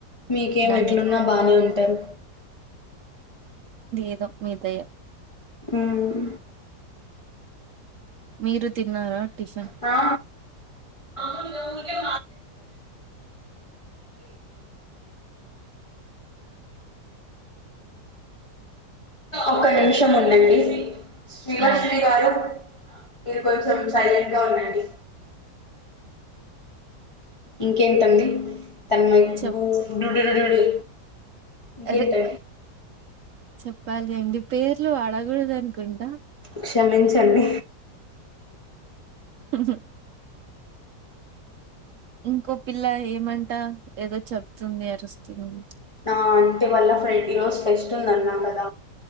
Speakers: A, on the left; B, on the right.
A: మీకేం
B: దాన్ని
A: ఎట్లున్నా బానే ఉంటారు
B: ఎదో మీదయ
A: హమ్
B: మీరు తిన్నారా టిఫిన్
A: హా ఒకే ఒక నిమిషం ఉండండి శ్రీలక్ష్మి
B: ఆ
A: గారు మీరు కొంచెం సైలెంట్ గా ఉండండి ఇంకేంటండి తన
B: చెప్
A: పండి ఇంకేంటే
B: అరే చెప్పాలి అండి పేర్లు వాడగుడ్దు అనుకుంట
A: క్షమించండి
B: అ ఇంకో పిల్ల ఏమంటా ఏదో చెప్తుంది అరుస్తుంది
A: ఆ అంటే వల్ల ఫ్రెండ్ ఈ రోజు ఫెస్ట్ ఉందన్నా కద